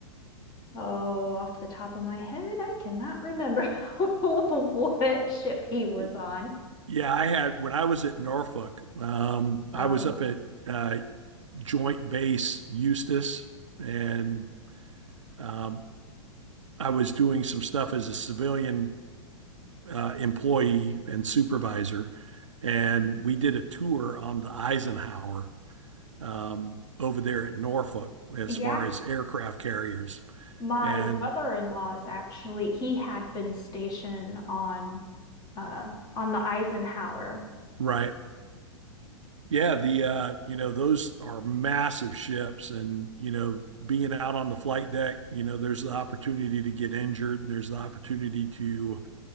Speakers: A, on the left (about 25°); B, on the right (about 65°).
A: oh, off the top of my head, I cannot remember <laughs> what ship he was
B: Y-
A: on.
B: Yeah, I had when I was at Norfolk, um, I
A: Um,
B: was up at uh, Joint Base Eustis, and um, I was doing some stuff as a civilian uh, employee and supervisor, and we did a tour on the Eisenhower um, over there at Norfolk as
A: yeah,
B: far as aircraft carriers.
A: my
B: And
A: brother-in-law is actually, he had been stationed on. uh on the Eisenhower.
B: right. Yeah, the uh, you know, those are massive ships and, you know, being out on the flight deck, you know, there's the opportunity to get injured and there's the opportunity to,